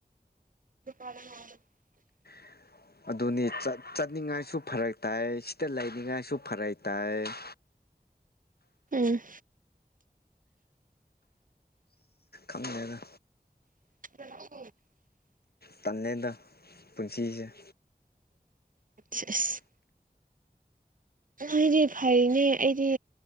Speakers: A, on the right (about 55°); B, on the left (about 75°).
A: <unintelligible>
B: <inaudible> ꯑꯗꯨꯅꯤ ꯆꯠꯅꯤꯡꯉꯥꯏꯁꯨ ꯐꯔꯛ ꯇꯥꯏ ꯁꯤꯗ ꯂꯩꯅꯤꯡꯉꯥꯏꯁꯨ ꯐꯔꯛ ꯇꯥꯏ <inaudible>
A: ꯎꯝ
B: ꯈꯪꯗꯦꯗ
A: <unintelligible>
B: ꯇꯜꯂꯦꯗ ꯄꯨꯟꯁꯤꯁꯦ
A: ꯁꯦꯁ ꯅꯣꯏꯗꯤ ꯐꯩꯅꯦ ꯑꯩꯗꯤ